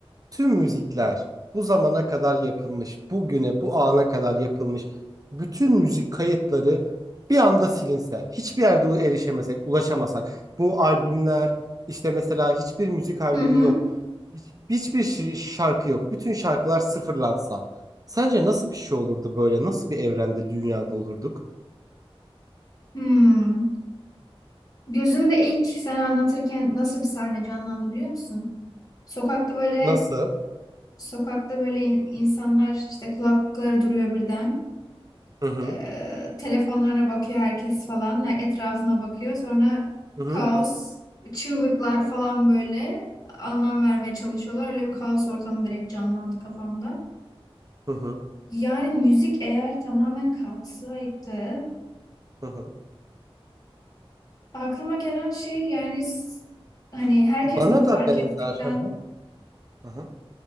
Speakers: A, on the right; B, on the left.
A: Tüm müzikler bu zamana kadar yapılmış, bugüne, bu ana kadar yapılmış bütün müzik kayıtları bir anda silinse, hiçbir yerde erişemesek, ulaşamasak, bu albümler, işte mesela hiçbir müzik albümü
B: Hı hı.
A: yok, hiç- hiçbir şi- şarkı yok, bütün şarkılar sıfırlansa, sence nasıl bir şey olurdu böyle? Nasıl bir evrende, dünyada olurduk?
B: Hmm. Gözünde ilk sen anlatırken nasıl bir sahne canlandı biliyor musun? Sokakta böyle
A: Nasıl?
B: sokakta böyle in- insanlar işte kulaklıkları duruyor birden.
A: Hı hı,
B: Ee, telefonlarına bakıyor herkes falan. Yani Etrafına bakıyor. Sonra
A: hı hı,
B: kaos, çığlıklar falan böyle anlam vermeye çalışıyorlar. Öyle bir kaos ortamı direkt canlandı kafamda.
A: hı hı,
B: Yani müzik eğer tamamen kalksaydı
A: hı hı.
B: Aklıma gelen şey yani s- hani herkes
A: Bana
B: bunu fark
A: da benzer.
B: ettikten
A: Hı hı, hı hı,